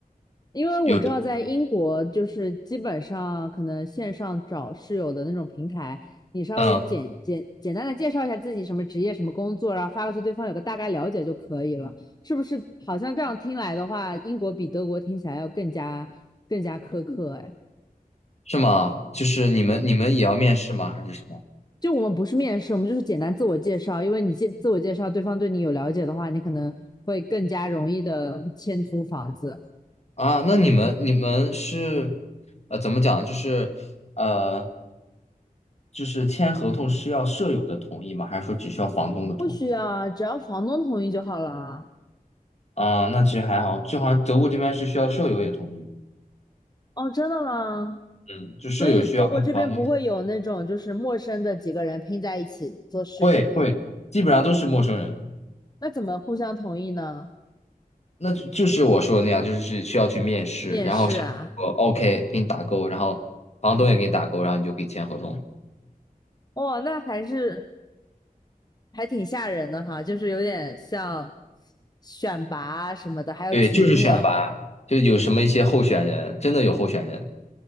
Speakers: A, on the left (about 25°); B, on the left (about 45°).
A: 因为我知道在英国，
B: 有，
A: 就是基本上可能线上找室友的那种平台，你稍微简简简单的介绍一下自己什么职业、
B: 嗯，
A: 什么工作，然后发过去，对方有个大概了解就可以了，是不是？好像这样听来的话，英国比德国听起来要更加更加苛刻，哎，
B: 是吗？就是你们你们也要面试吗？还是什么？
A: 就我们不是面试，我们就是简单自我介绍，因为你介自我介绍，对方对你有了解的话，你可能会更加容易的签租房子。
B: 啊，那你们你们是，呃，怎么讲？就是呃，就是签合同是要舍友的同意吗？还是说只需要房东的同意？
A: 不需要，只要房东同意就好了。
B: 啊，那其实还好，就好像德国这边是需要舍友也同意，
A: 哦，真的吗？
B: 嗯，就舍友需要跟房东
A: 所以德国这边不会有那种就是陌生的几个人拼在一起做室友吗？
B: 会会，基本上都是陌生人。
A: 那怎么互相同意呢？
B: 那就就是我说的那样，就是是需要去面试，然后上面说
A: 面试啊，
B: OK 给你打勾，然后房东也给你打勾，然后你就可以签合同。
A: 哇，那还是还挺吓人的哈，就是有点像选拔啊什么的，还有群面
B: 对，就是选拔，就有什么一些候选人，真的有候选人。